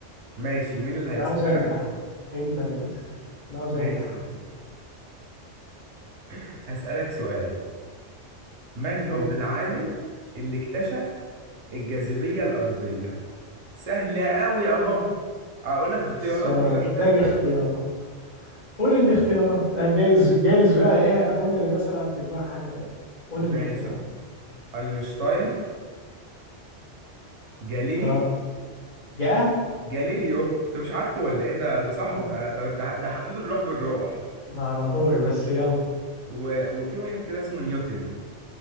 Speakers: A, on the right; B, on the left.
A: ماشي مين اللي هيسأل
B: انا عاوز انجح
A: انا
B: انت اللي تسأل انا عاوز
A: ماشي
B: انجح
A: <laughs> هسألك سؤال من هو
B: ايوه
A: العالم اللي اكتشف الجاذبية الأرضية سهلة أوي أهو أقول لك اختيارات
B: بس انا
A: ولا
B: محتاج
A: ملهاش
B: اختيارات
A: لازمة
B: قول الاختيارات آه، جايز جايز بقى ايه اكون انا مثلا في دماغي حاجه تانية قول
A: ماشي
B: الاختيارات
A: أينشتاين جاليليو
B: اه جاء
A: جاليليو أنت مش عارفه ولا إيه ده ده صاحبي
B: <laughs>
A: ده ده ده, ده حبيب الروح بالروح
B: ما اعرفوش بس يلا
A: و... وفي واحد كده اسمه نيوتن